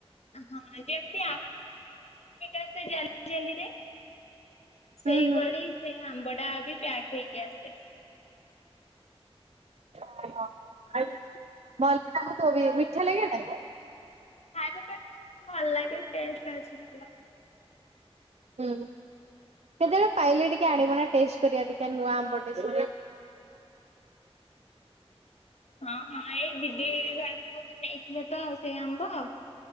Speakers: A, on the left; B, on the right.
A: ହଁ ଯେମତି ଅମଲେଟ <unintelligible> ରେ। ସେଇଭଳି
B: ହୁଁ ହୁଁ
A: ସେଇ ଆମ୍ବଡା ବି ପ୍ୟାକ୍ ହେଇକି ଆସ୍
B: <unintelligible> ମିଠା ଲାଗେ ଏଟା?
A: ଖାଇବା ପାଇଁ ବି ଭଲ ଲାଗେ, ଟେଷ୍ଟ ଅଛି ଭଲ।
B: ହୁଁ। କେତେବେଳେ ପାଇଲେ ଟିକେ ଆଣିବୁ ନା ଟେଷ୍ଟ କରିବା ଟିକେ ନୂଆ ଆମ୍ବ ଟେ। <inaudible>
A: ହଁ ହଁ ଏଇ ଦିଦି ଘରକୁ ନେଇଥିଲେ ତ ସେ ଆମ୍ବ?